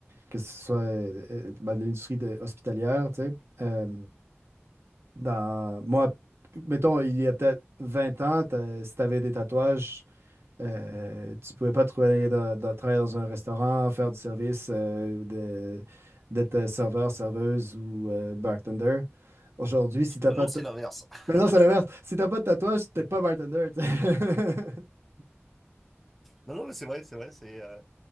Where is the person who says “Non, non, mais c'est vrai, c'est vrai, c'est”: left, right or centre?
Centre